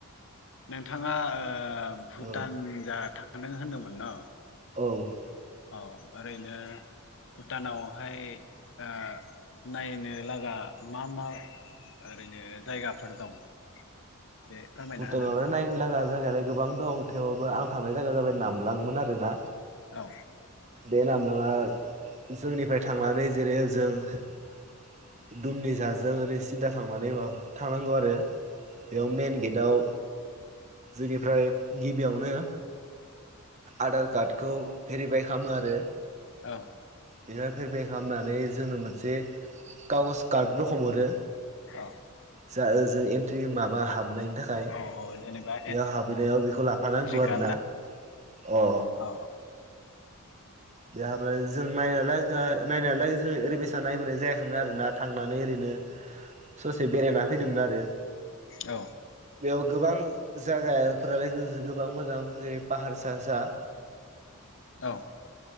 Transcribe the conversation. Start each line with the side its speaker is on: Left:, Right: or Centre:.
Left: नोंथाङा ओ भुटान
Right: औ
Left: जा थां थांदों होनदोंमोन न'
Right: औ
Left: औ ओरैनो भुटानावहाय ओ नायनो लागा मा मा ओरैनो जायगाफोर दं। एसे फोरमायना
Right: भुटानावलाय
Left: होनो हागोन नामा?
Right: नायनो लागा जायगायालाय गोबां दं थेवबाबबो आं थांनाय जायगाया जाबाय नामलांमोन आरोना
Left: औ
Right: बे नामलाङा जोंनिफाय थांनानै जेरै- ओ जों दुमनि जाजों ओरै सिदा थांनानैबा थांनांगौ आरो बेयाव मेन गेटआव जोंनिफ्राय गिबियावनो आधार कार्डखौ भेरिफाइ खामो आरो
Left: औ
Right: बेनिफाय भेरिभाइ खालामनानै जोंनो मोनसे कागस कार्ड रखम हरो
Left: औ
Right: जा ओजों एन्ट्रि माबा हाबनायनि थाखाय
Left: ओ औ औ जेनेबा
Right: बेयाव हाबैनायाव बेखौ लाफानांगौ
Left: एन्ट्रि कार्ड
Right: आरोना अ
Left: औ
Right: बेहाब जों नायनायालाय नायालाय जों ओरैबायसाना नायबोनाय जायाखैमोन आरोना थांनानै ओरैनो ससे बेरायना फैदोंमोन आरो
Left: औ
Right: बेयाव गोबां जायगाफोरालाय गो-गोबां मोजां जेरै- पाहारसा सा
Left: औ